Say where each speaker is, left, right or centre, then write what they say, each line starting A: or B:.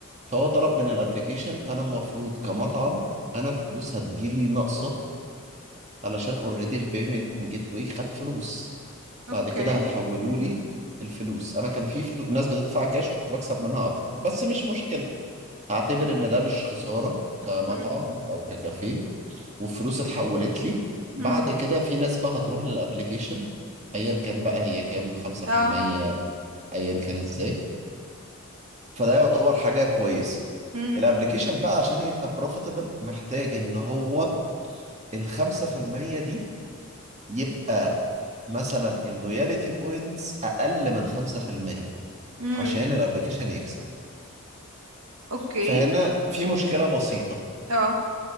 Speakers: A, on the right (about 30°); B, on the right (about 80°).
A: فهو طلب من الابليكيشن فانا المفروض كمطعم انا الفلوس هتجيلي ناقصه علشان اوريدي البيمنت جيت واي خد فلوس
B: اوكي
A: بعد كده هتحولوا لي الفلوس انا كان في فلو... ناس بتدفع كاش كنت بكسب منها اكتر بس مش مشكله هعتبر ان ده مش خسارة كمطعم
B: مم.
A: او ككافيه والفلوس اتحولت لي
B: مم.
A: بعد كده في نسبة هتروح للابليكيشن ايا كان بقى هي كام 5%
B: اه
A: ايا كان ازاي فده يعتبر حاجة كويسة
B: مم.
A: الابليكيشن بقى عشان يبقى بروفيتبل محتاج ان هو ال 5% دي يبقى مثلا اللويالتي بوينتس اقل من 5%
B: مم.
A: عشان الابليكيشن يكسب
B: اوكي
A: فهنا في مشكلة بسيطة
B: اه